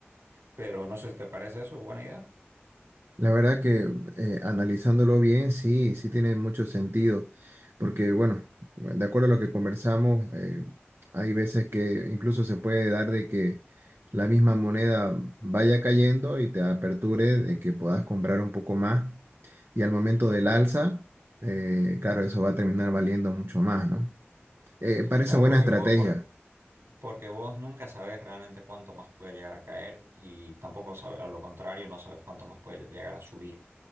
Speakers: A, on the right (about 85°); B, on the right (about 65°).
A: Pero no sé si te parece eso buena idea.
B: La verdad que eh, analizándolo bien, sí, sí tiene mucho sentido, porque bueno, de acuerdo a lo que conversamos, eh, hay veces que incluso se puede dar de que la misma moneda vaya cayendo y te aperture de que puedas comprar un poco más, y al momento
A: Ujú.
B: del alza, eh, claro, eso va a terminar valiendo mucho más, ¿no? Eh, parece
A: Claro,
B: buena
A: porque
B: estrategia.
A: vos, por- porque vos nunca sabes realmente cuánto más puede llegar a caer y tampoco sabes, a lo contrario, no sabes cuánto más puede llegar a subir.